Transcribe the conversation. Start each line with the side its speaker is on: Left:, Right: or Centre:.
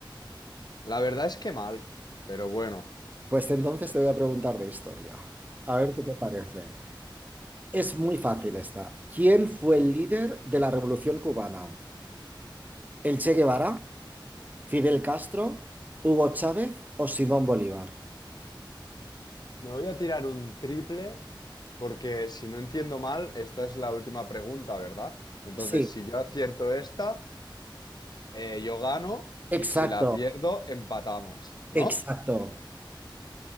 Left: La verdad es que mal, pero bueno.
Right: Pues entonces te voy a preguntar de historia. A ver qué te parece. Es muy fácil esta. ¿Quién fue el líder de la Revolución Cubana? ¿El Che Guevara, Fidel Castro, Hugo Chávez o Simón Bolívar?
Left: Me voy a tirar un triple porque si no entiendo mal, esta es la última pregunta, ¿verdad? Entonces,
Right: Sí,
Left: si yo acierto esta, eh, yo gano
Right: exacto,
Left: y si la pierdo, empatamos, ¿no?
Right: exacto.